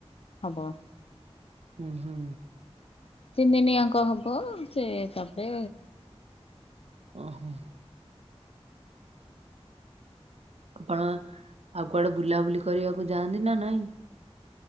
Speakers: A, on the left (about 60°); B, on the right (about 75°).
A: ହବ।
B: ହୁଁ ହୁଁ।
A: ତିନି ଦିନି ଆଙ୍କ ହବ ସେ ତାପରେ
B: ଓହୋ। ଆପଣ ଆଉ କୁଆଡ଼େ ବୁଲାବୁଲି କରିବାକୁ ଯାଆନ୍ତି ନା ନାଇଁ?